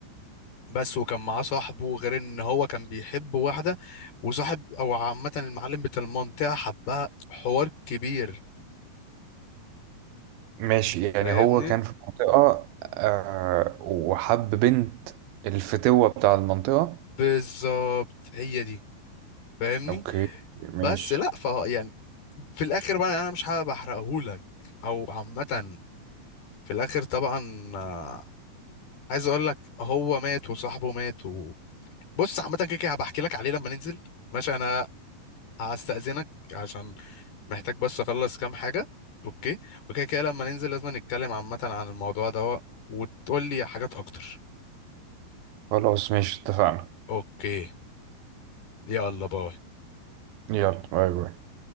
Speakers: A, on the left (about 70°); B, on the right (about 75°).
A: بس وكان معاه صاحبه غير إن هو كان بيحب واحدة وصاحب أو عامة المعلم بتاع المنطقة حبها حوار كبير
B: ماشي يعني
A: فاهمني
B: هو كان في منطقة آه وحب بنت الفتوة بتاع المنطقة
A: بالظبط هي دي فاهمني
B: اوكي ماشي
A: بس لا ف يعني في الآخر بقى أنا مش حابب أحرقهولك أو عامة في الاخر طبعا آه، عايز اقول لك هو مات وصاحبه مات و... بص عامه كده كده هبحكي لك عليه لما ننزل ماشي انا هستأذنك عشان محتاج بس اخلص كام حاجه اوكي وكده كده لما ننزل لازم نتكلم عامه عن الموضوع ده وتقول لي حاجات اكتر
B: خلاص ماشي اتفقنا
A: اوكي يلا باي
B: يلا باي باي